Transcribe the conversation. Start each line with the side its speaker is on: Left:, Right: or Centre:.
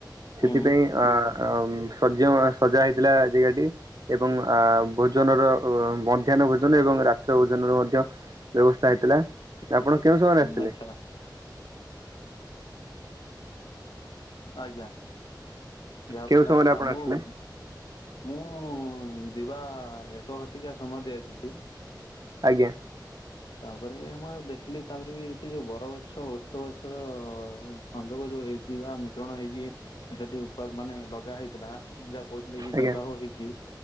Left: ହୁଁ
Right: ସେଥିପାଇଁ ଅ ସଯ ସଜା ହେଇଥିଲା ଜାଗାଟି ଏବଂ ଅ ଭୋ ଭୋଜନ ର ମଧ୍ୟାହ୍ନ ଭୋଜନ ଏବଂ ରାତ୍ର ଭୋଜନର ମଧ୍ୟ ବ୍ୟବସ୍ଥା ହେଇଥିଲା। ଆପଣ କେଉଁ ସମୟରେ ଆସିଥିଲେ
Left: ଆଚ୍ଛା। ଆଜ୍ଞା। ଯାହା ଆପଣ
Right: କେଉଁ ସମୟରେ
Left: ଆଚ୍ଛା ମୁଁ
Right: ଆସିଥିଲେ
Left: ମୁଁ। ଯିବା ଏକ ଘଟିକା ସମୟରେ ଯାଇଥିଲି।
Right: ଆଜ୍ଞା।
Left: ତାପରେ ମୁଁ ଆଉ ଦେଖିଲି ତାପରେ ବି ସେ ଯୋଉ ବର ଗଛ ଓସ୍ତ ଗଛର ସଂଯୋଗ ଯୋଉ ହେଇଥିବା ମିଶ୍ରଣ ହେଇକି ସେଠି ଉପା ମାନେ ଲଗା ହେଇଥିଲା ଯା କହୁଥିଲେକି
Right: ଆଜ୍ଞା
Left: ବିବାହ ହେଇଛି